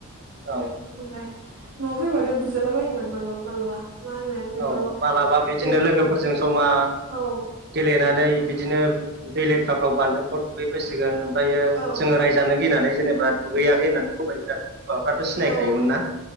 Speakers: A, on the right; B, on the right.
A: औ
B: ओमफ्राय न'आव फैबाथाय बुजाला बायोमोन मालाबा मालाबा मा होनो बेखौ
A: औ मालाबा बिदिनो
B: ए
A: लोगोफोरजों जमा
B: औ
A: गेलेनानै बिदिनो दै लेथ्राफ्राव बान्दोफ्राव दुगैबोसिगोन ओमफ्रायो
B: औ
A: जोङो रायजानो गिनानै जेनेबा दुगैयाखै होननानै <unintelligible> बिमाफ्राथ' सिनायखायोमोन
B: औ
A: ना